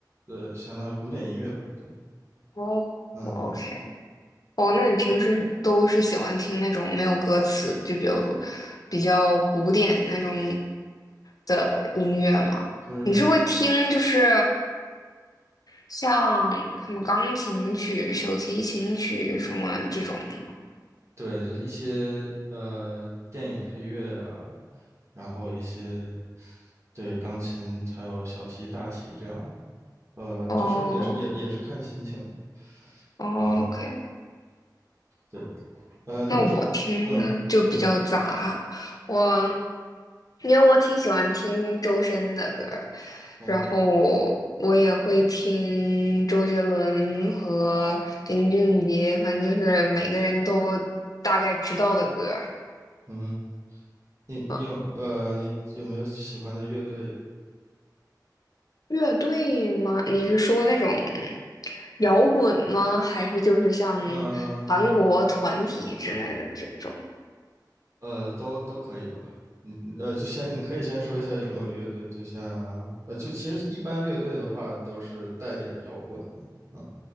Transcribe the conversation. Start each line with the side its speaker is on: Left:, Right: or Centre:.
Right: 呃相当于古典音乐吧，对，
Left: 哦，OK，
Right: 嗯嗯，
Left: 哦，那你平时都是喜欢听那种没有歌词，就比如比较古典那种的音乐吗？
Right: 就是
Left: 你是会听就是像什么钢琴曲、小提琴曲什么这种吗？
Right: 对，就是一些呃电影配乐啊，然后一些对钢琴还有小提、大提这样，呃，
Left: 哦，
Right: 就是也是也也是看心情了，
Left: 哦哦，OK。
Right: 嗯，对，呃，你有什，
Left: 那我听呢就比较杂，
Right: 嗯，对，
Left: 我因为我挺喜欢听周深的歌儿，
Right: 嗯
Left: 然后我也会听周杰伦和林俊杰，反正就是每个人都大概知道的歌儿。
Right: 嗯，你你有呃，
Left: 啊，
Right: 你有没有喜欢的乐队？
Left: 乐队吗？你是说那种摇滚吗？还是就是像
Right: 嗯
Left: 韩国团体之类的这种？
Right: 呃，都都可以吧。你你呃，就先你可以先说一下有没有乐队，就像呃，就其实一般乐队的话都是带点儿摇滚的嘛，嗯，